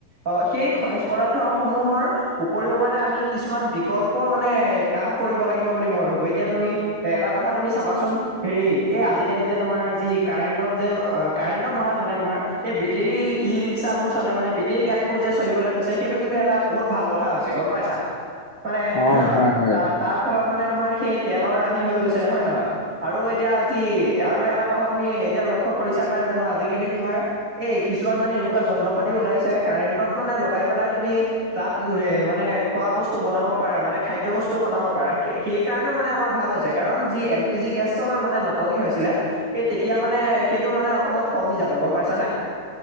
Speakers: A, on the right; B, on the left.
A: অ সেই খনিজ পদাৰ্থ সমূহৰ উপৰিও মানে আমি কিছুমান বিকল্প মানে কাম কৰিব লাগিব বুলি মই ভাবো এতিয়া তুমি এটা কথা তুমি চাবাচোন হেৰি এই আজিকালি যে তোমাৰ যি কাৰেণ্টত যে কাৰেণ্টত নহয় মানে তোমাৰ এই বেটেৰী ই ৰিক্সাবোৰ চলে মানে বেটেৰিৰ গাড়ীবোৰ যে চললৈ লৈছে সেইটো কিন্তু এটা বহুত ভাল কথা হৈছে গম পাইছা? মানে
B: অ
A: আহ
B: হয় হয়
A: তাৰ তাৰ ফলত মানে তোমাৰ সেই তেলৰ ৰাহি হৈ গৈছে হয় নহয়। আৰু এতিয়া আজি আৰু এটা কথা তুমি এতিয়া লক্ষ্য কৰিছা নাই জানো আজিকালি তোমাৰ এই কিছুমান মানে এনেকুৱা যন্ত্ৰ পাতিও ওলাইছে কাৰেণ্টত মানে লগাই পেলাই তুমি তাত এ মানে খোৱা বস্তু বনাব পাৰা মানে খাদ্য বস্তুও বনাব পাৰা সেই সেই কাৰণেও মানে আমাৰ ভাল হৈছে কাৰণ যি এল পি জি গেছৰ মানে নাটনি হৈছিলে। সেই তেতিয়া মানে সেইটো মানে অকমান কমি যাব গম পাইছানে?